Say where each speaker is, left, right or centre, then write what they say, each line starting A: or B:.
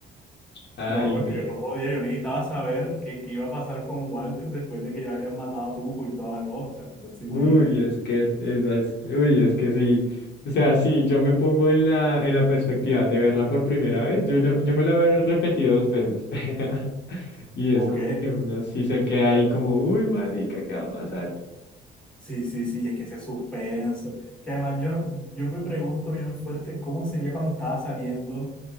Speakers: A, on the left; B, in the centre.
A: Ay,
B: Loco, es
A: no.
B: que yo no podía, yo necesitaba saber qué, qué iba a pasar con Walter después de que ya habían matado a Tuco y toda la cosa. Entonces,
A: Uy,
B: imagínate.
A: es que esas, uy, es que sí. O sea, sí, yo me pongo en la, en la perspectiva de verla por primera vez. Yo, yo, yo me la he repetido dos veces. <laughs> Y es
B: Ok,
A: como que uno sí se queda ahí como, uy, marica, ¿qué va a pasar?
B: sí, sí, sí, es que ese suspenso. Que además yo, yo me pregunto bien fuerte cómo sería cuando estaba saliendo.